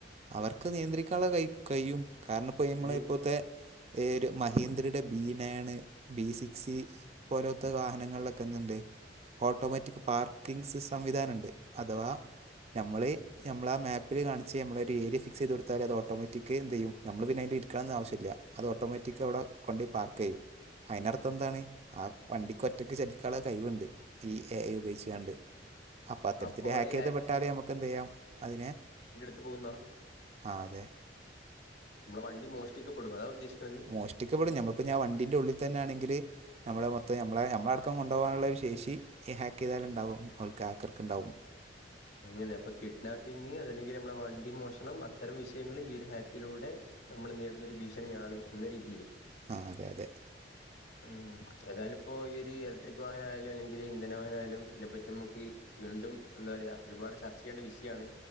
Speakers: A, on the right (about 35°); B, on the left (about 80°).
A: അവർക്ക് നിയന്ത്രിക്കാനുള്ളെ കയി കയ്യും കാരണം ഇപ്പോ നമ്മള
B: ഇനി
A: ഇപ്പോത്തെ ഏരു മഹീന്ദ്രയുടെ ബീനാണ് ബി നയണ് സിക്സ്റ്റി പോലൊത്തെ വാഹനങ്ങളിലൊക്കെന്ത്ണ്ട്? ഓട്ടോമാറ്റിക് പാർക്കിംഗസിസ് സംവിധാനം ഇണ്ട് അഥവാ ഞമ്മള് ഞമ്മളാ മാപ്പിൽ കാണിച്ച് നമ്മള് പേര് ഫിക്സെയ്ത് കൊടുതാല് അത് ഒട്ടോമാറ്റിക്ക് എന്തെയ്യും നമ്മള് പിന്നെ ഐന്റെ ഇരിക്കണം ആവശ്യയില്ല അത് ഓട്ടോമാറ്റിക്ക് അവിടെ കൊണ്ട് പാർക്കെയ്യും അയിനർത്ഥം എന്താണ് ആ വണ്ടിക്ക്ഒറ്റക്ക് ചലിക്കൊള്ള കഴിവുണ്ട്. ഈ എ ഉപയോഗിച്ച് ആണ്ട് അപ്പാതെട്ത്തിണ്ട്
B: അപ്പോ ഓല്
A: ഹാക്ക്യ്ത്
B: ഹാക്ക്
A: വിട്ടാൽ നമുക്ക് എന്തെയ്യാം അതിനെ
B: ത് പൊന്നാ
A: ആഹ് അതെ.
B: മ്മ്ളെ വണ്ടി മോഷ്ടികപ്പെടും അതാ ഉദ്ദേശിക്കുണത്?
A: മോഷ്ടിക്കപ്പെടും ഞമ്മക്ക് ഞാ വണ്ടീൻ്റെ ഉള്ളിൽ തന്നാണെങ്കില് നമ്ളെ മൊത്തം നമ്മളെ നമ്മള അടക്കം കൊണ്ടകാനുള്ള ഒരു ശേഷി ഈ ഹാക്ക്യ്താലുണ്ടാവും ഓൽക്ക് ഹക്കർക്ക് ഉണ്ടാവും.
B: അങ്ങനെ അപ്പൊ കിഡ്നാപ്പിംഗ് അതല്ലെങ്കിൽ നമ്മുടെ വണ്ടി മോഷണം അത്തരം വിഷയങ്ങളിൽ ഈ ഒരു ഹാക്കിലൂടെ നമ്മള് നേരിടുന്നൊരു ഭീഷണിയാണ് എന്ന രീതില്
A: ആഹ് അതെയതെ.
B: <inaudible> ഉം ഏതായാല് ഇപ്പോ ഈ ഒരു ഇലക്ട്രിക് വാഹനയാലും അല്ലെങ്കിൽ ഇന്ധന വാഹന ആയാലും ഇതിനെപ്പറ്റി നമക്ക്. വീണ്ടും എന്താ പറയാ ഒരുപാട് ചർച്ച ചെയ്യേണ്ട വിഷയാണ്